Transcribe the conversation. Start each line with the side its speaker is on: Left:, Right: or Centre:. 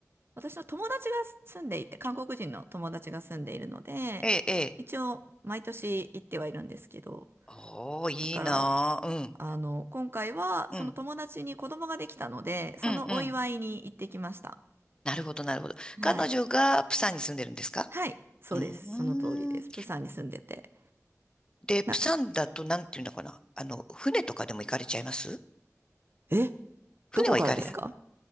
Right: 私の友達が住んでいて、韓国人の友達が住んでいるので、
Left: ええ、ええ。
Right: 一応毎年行ってはいるんですけど、
Left: おー、いいなあうん。
Right: だから、あの、今回はその友達に子供ができたので、
Left: うん。
Right: そのお祝いに行ってきました。
Left: うん。うん。なるほど、なるほど。
Right: はい。
Left: 彼女がプサンに住んでるんですか
Right: はい、そうです。
Left: うーん。
Right: その通りです。プサンに住んでて。
Left: で、プサンだとなんていうのかな。
Right: な、
Left: あの、船とかでも行かれちゃいます
Right: え、
Left: 船は行かれない
Right: どこからですか